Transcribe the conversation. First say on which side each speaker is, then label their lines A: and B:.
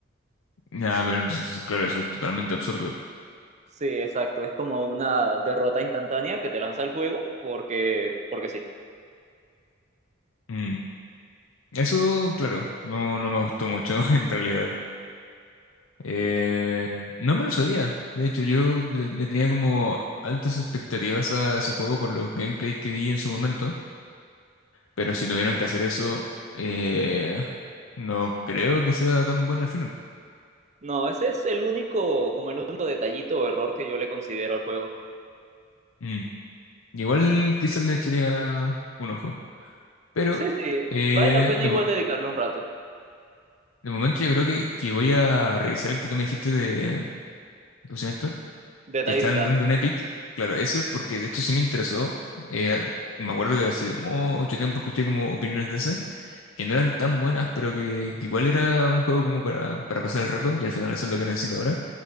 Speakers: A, on the left; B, on the right.
A: Ya, pero entonces, sí, claro, eso es totalmente absurdo.
B: Sí, exacto. Es como una derrota instantánea que te lanza el juego porque, porque sí.
A: Mm. Eso, claro, no, no me gustó mucho <laughs> en realidad. Eh, no me lo sabía. De hecho, yo le, le tenía como altas expectativas a ese juego por los gameplay que vi en su momento. Pero si tuvieron que hacer eso, eh, no creo que sea tan bueno al final.
B: No, ese es el único, como el único detallito o error que yo le considero al juego.
A: Mm. Igual quizás le echaría un ojo. Pero...
B: Sí, sí,
A: Eh,
B: vale la pena
A: de
B: igual dedicarle un rato.
A: De momento yo creo que, que voy a revisar el que tú me dijiste de, ¿cómo se llama esto?
B: Dead
A: Que
B: Island.
A: están dando en Epic. Claro, ese porque de hecho sí me interesó. Eh, me acuerdo que hace mucho tiempo escuché como opiniones de ese, que no eran tan buenas, pero que, que igual era un juego como para, para pasar el rato y al final eso es lo que necesito ahora.